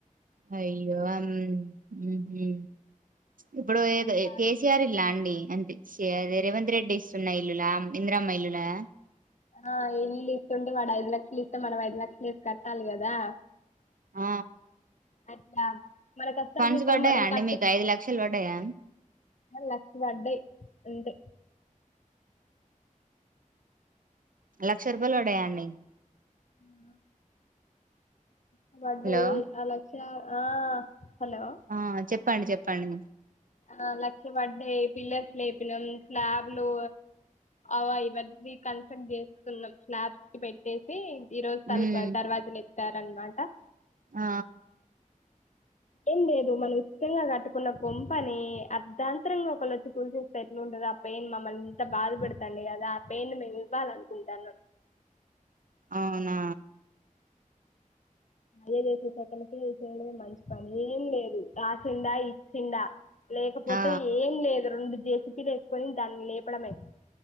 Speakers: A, on the right; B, on the left.
A: అయ్యో అం ఉమ్ హూ ఇప్పుడు ఏది
B: అది బాధ
A: కేసీఆర్ ఇల్లా అండి అం సే రేవంత్ రెడ్డి ఇస్తున్న ఇల్లులా ఇందిరమ్మ ఇల్లులా
B: ఆ ఇల్లు ఇస్తుండు వాడు ఐదు లక్షలు ఇస్తే మనం ఐదు లక్షలు ఏసి కట్టాలి కదా
A: ఆ
B: ఆ స్లాబ్ మన కష్టార్జితం
A: ఫండ్స్ పడ్డాయా
B: మనం
A: అండి
B: కట్టు
A: మీకు ఐదు లక్షలు పడ్డాయా
B: లక్ష పడ్డాయి అంతే
A: లక్ష రూపాయలు పడ్డయా అండి
B: ఆ అ వడ్డయి
A: హలో
B: అ లక్ష ఆ హలో
A: ఆ చెప్ప్ చెప్పండి చెప్పండి
B: ఆ లక్ష పడ్డయి పిల్లర్స్ లేపినాం స్లాబ్లు అవ ఇవన్నీ కన్స్ట్రక్ట్ చేస్తున్నాం స్లాబ్స్ కి పెట్టేసి ఈ రోజు తలపు
A: ఉమ్
B: అది దర్వాజ్ లేప్ తారు అన్నమాట
A: ఆ
B: ఏం లేదు మనం ఇష్టంగా కట్టుకున్న కొం పని అర్ధాంతరంగా ఒకళోచ్చి కూల్చేస్తే ఎట్లా ఉంటది ఆ పెయిన్ మమ్మల్ని ఇంత బాధ పెడతాండు కదా ఆ పెయిన్ ను మేము ఇవ్వాల అనుకుంటాన
A: అవునా
B: అయ్యే చేసేటట్టు ఎనకి ఇచ్చేయడమే మంచి పనేం లేదు రాసిండా ఇచ్చిండా లేకపోతే
A: ఆ
B: ఏం లేదు రెండు జేసిపీలు ఏసుకొని దాని లేపడమే